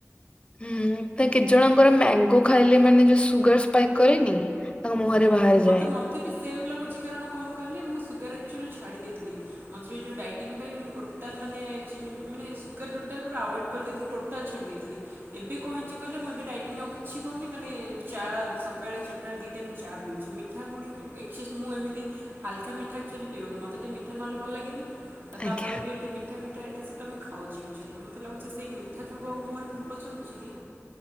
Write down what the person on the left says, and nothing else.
ହୁଁ ତ କେତେ ଜଣଙ୍କର ମ୍ୟାଙ୍ଗୋ ଖାଇଲେ ମାନେ ଯୋଉ ସୁଗାର ସ୍ପାଇକ୍ କରେନି ତାଙ୍କ ମୁହଁରେ
ବାହାରି
ଯାଏ।
ଆଜ୍ଞା